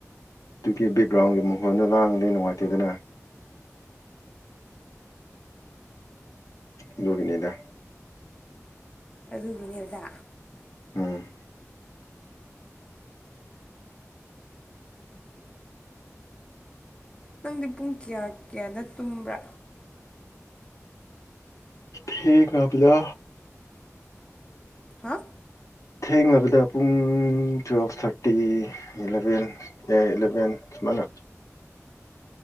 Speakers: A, on the left; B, on the left.
A: ꯑꯗꯨꯒꯤ ꯕꯦꯛꯒ꯭ꯔꯥꯎꯟꯒꯤ ꯃꯈꯣꯟꯗꯨ ꯂꯥꯡꯉꯗꯤ ꯅꯨꯡꯉꯥꯏꯇꯦꯗꯅ ꯑꯗꯨꯒꯤꯅꯤꯗ
B: ꯑꯗꯨꯒꯤꯅꯤꯗ
A: ꯎꯝ
B: ꯅꯪꯗꯤ ꯄꯨꯡ ꯀ꯭ꯌꯥ ꯀ꯭ꯌꯥꯗ ꯇꯨꯝꯕ꯭ꯔꯥ
A: ꯊꯦꯡꯉꯕꯗ
B: ꯍꯥ
A: ꯊꯦꯡꯂꯕꯗ ꯄꯨꯡ ꯇꯨꯋꯦꯜꯐ ꯊꯥꯔꯇꯤ ꯏꯂꯕꯦꯟ ꯑꯦ ꯏꯂꯚꯦꯟ ꯁꯨꯃꯥꯏꯅ